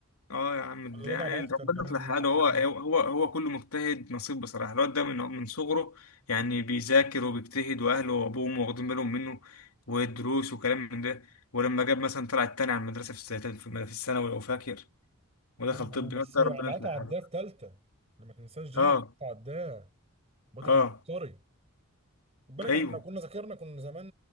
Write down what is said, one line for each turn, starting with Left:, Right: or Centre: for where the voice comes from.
Left: اه يا عم
Right: ولا
Left: ده
Right: الواد
Left: يعني
Right: عبعاطه
Left: ربنا
Right: كان كمان
Left: يصلح
Right: اللي
Left: حاله
Right: احسن
Left: هو هو
Right: منه
Left: هو كله مجتهد نصيب بصراحه الواد ده من من صغره يعني بيذاكر وبيجتهد واهله وابوه واخدين بالهم منه والدروس وكلام من ده ولما جاب مثلا طلع التاني على المدرسه في الس- في الثانوي لو فاكر ودخل
Right: اه
Left: طب
Right: آه،
Left: الواد
Right: بس
Left: ده
Right: عبعاطه
Left: ربنا يصلح
Right: عداه
Left: حاله
Right: في ثالثه لما تنساش جي
Left: اه
Right: عبعاطه عداه عبعاطه
Left: اه
Right: كان عبقري خد بالك
Left: ايوه
Right: احنا لو كنا ذاكرنا كنا زمان